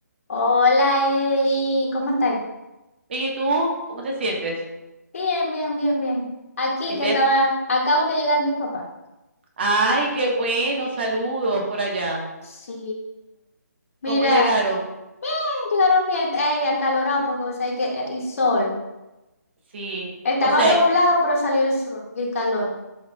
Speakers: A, on the left (about 50°); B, on the right (about 35°).
A: Hola Eli, ¿cómo estás?
B: ¿Y tú cómo te sientes?
A: Bien, bien, bien, bien. Aquí
B: Que estés.
A: que acaba, acaban de llegar mis papás.
B: Ay, qué bueno, saludos por allá.
A: Sí, mira,
B: ¿Cómo llegaron?
A: eh, llegaron bien, eh, acalorado porque vos sabés que eh, y sol.
B: Sí,
A: Estaba
B: o sea,
A: nublado, pero salió el sol y el calor. <laughs>